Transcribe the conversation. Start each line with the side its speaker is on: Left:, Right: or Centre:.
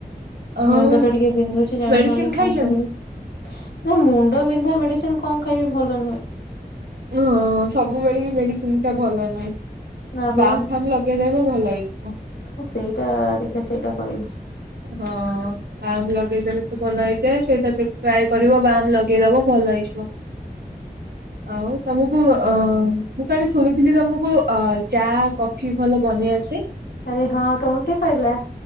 Right: ଆଉ
Left: ମୁଣ୍ଡ ଟା ଟିକେ ବିନ୍ଧୁଛି ଜାଣିପାରୁନି
Right: ମେଡିସିନ
Left: କଣ
Right: ଖାଇଛନ୍ତି?
Left: କରିବି? ନା ମୁଣ୍ଡ ବିନ୍ଧା ମେଡିସିନ କଣ ଖାଇବି ଭଲ ନୁହେଁ।
Right: ହଁ ସବୁବେଳେ ବି ମେଡିସିନ ଟା ଭଲ ନୁହେଁ
Left: ନା ପରା
Right: ବାମ୍ ଫାମ୍ ଲ ଦେବେ ଭଲ ହେଇଯିବ।
Left: ହଁ ସେଇଟା ଦେଖିବା ସେଇଟା କରିବି।
Right: ହଁ। ବାମ୍ ଲଗେଇଦେଲେ ତ ଭଲ ହେଇଯାଏ ସେଇଟା ଟ୍ରାଏ କରିବ ବାମ୍ ଲଗେଇଦବ ଭଲ ହେଇଯିବ। <inaudible> ଆଉ ତମକୁ ଅ ମୁଁ କାଲି ଶୁଣିଥିଲି ତମକୁ ଅ ଚା କଫି ଭଲ ବନେଇ ଆସେ?
Left: ଆରେ ହଁ ତମକୁ କିଏ କହିଲା?